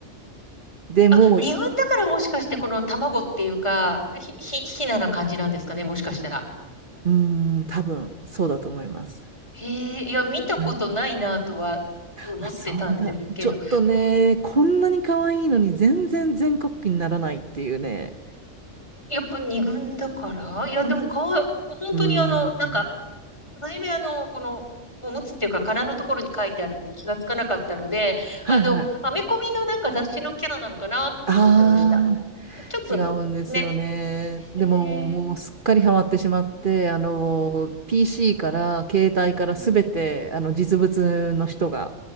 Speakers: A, on the right (about 45°); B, on the left (about 25°).
A: でもう、
B: あ、日本だからもしかしてこの卵っていうか、ひ、ひ、ひなな感じなんですかね、もしかしたら。
A: うーん、多分そうだと思います。
B: へえ、いや、見たことないなとは思ってたんですけど、
A: はいあ、そうだ。ちょっとね、こんなに可愛いのに全然全国区にならないっていうね。
B: やっぱ二軍だからいや、でもかわい、本当にあの、
A: うーん。
B: なんかはじめあのこのおむつっていうか殻のところに書いてあるの気がつかなかったのであのアメコミのなんか雑誌のキャラなのかなって思ってました
A: はいはい。ああ、
B: ちょっ
A: 違うんですよね。
B: とね
A: でも、
B: う
A: もうすっかりハマってしまって、
B: ん
A: あの、PC から、携帯からすべて、
B: うん
A: あの、実物の人が、